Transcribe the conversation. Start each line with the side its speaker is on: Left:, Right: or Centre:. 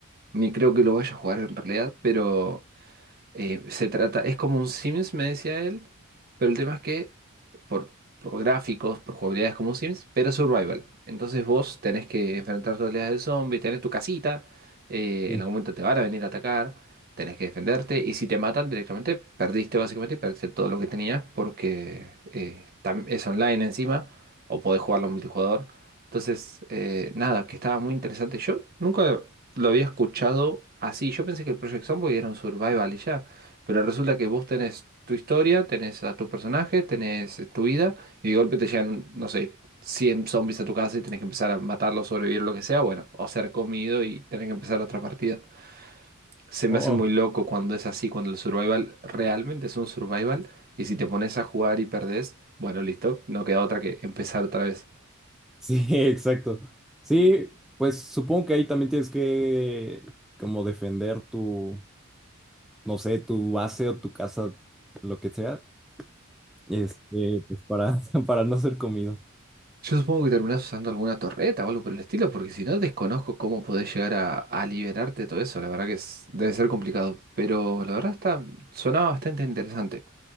Right: ni creo que lo vaya a jugar en realidad, pero eh, se trata, es como un Sims, me decía él, pero el tema es que por, por gráficos, por jugabilidad es como un Sims, pero survival. Entonces vos tenés que enfrentar todas las del zombie, tenés tu casita, eh,
Centre: sí.
Right: en algún momento te van a venir a atacar, tenés que defenderte y si te matan directamente perdiste básicamente y perdiste todo lo que tenías porque eh, tam- es online encima o podés jugarlo en multijugador. Entonces, eh, nada, que estaba muy interesante. Yo nunca lo había escuchado así. Yo pensé que el Project Zomboid era un survival y ya. Pero resulta que vos tenés tu historia, tenés a tu personaje, tenés tu vida y de golpe te llegan, no sé. 100 zombies a tu casa y tenés que empezar a matarlos, sobrevivir, lo que sea, bueno, o ser comido y tener que empezar otra partida. Se me
Centre: Oh,
Right: hace muy loco cuando es así, cuando el survival realmente es un survival y si te pones a jugar y perdés, bueno, listo, no queda otra que empezar otra vez.
Centre: sí, <laughs> exacto. Sí, pues supongo que ahí también tienes que como defender tu, no sé, tu base o tu casa, lo que sea, este, pues para, <laughs> para no ser comido.
Right: Yo supongo que terminás usando alguna torreta o algo por el estilo, porque si no desconozco cómo podés llegar a, a liberarte de todo eso, la verdad que es- debe ser complicado, pero la verdad está, sonaba bastante interesante.